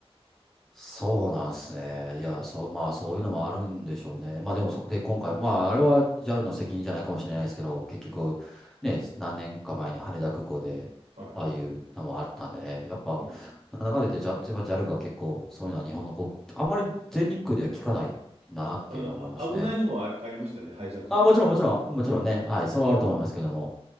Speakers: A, in the centre; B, on the right (about 80°).
A: そうなんですね。
B: う。うん。
A: いや、そう、まあ、そういうのもあるんでしょうね。まあ、でもそこで今回、まあ、あれは JAL の責任じゃないかもしれないですけど、結局、
B: うん
A: ね、何年か前に羽田空港で、
B: はい。
A: ああいうのもあったんでね、やっぱ、
B: うん。
A: なんだかんだ言って、ジャ、やっぱ JAL が結構、そういうのは日本の航空、あんまり全日空では聞かないなっていうのを思いますね。
B: あの、あ、危ないのもあ、ありましたね。ハイジャック事件。
A: あ、もちろん、もちろん、もちろんね、
B: うん。
A: はい、それはあると思いますけども、